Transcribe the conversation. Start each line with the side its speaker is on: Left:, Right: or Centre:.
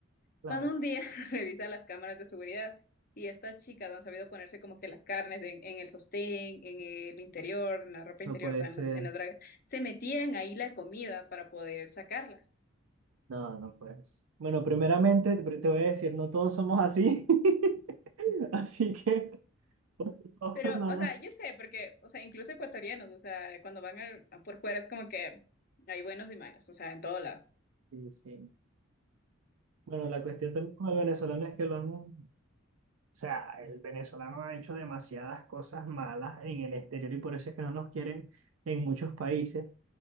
Right: claro,
Left: Cuando un día <laughs> revisa las cámaras de seguridad y esta chica no han sabido ponerse como que las carnes en, en el sostén, en el interior, en la ropa interior,
Right: no puede
Left: o sea,
Right: ser.
Left: en, las en las bragas, se metían ahí la comida para poder sacarla.
Right: No, no puedes. Bueno, primeramente te te voy a decir, no todos somos así, <laughs> así que, por favor,
Left: Pero,
Right: no
Left: o
Right: nos...
Left: sea, yo sé, porque, o sea, incluso ecuatorianos, o sea, cuando van al- a por fuera es como que hay buenos y malos, o sea, en todo lado.
Right: Sí, sí. Bueno, la cuestión también con el venezolano es que lo han... O sea, el venezolano ha hecho demasiadas cosas malas en el exterior y por eso es que no nos quieren en muchos países.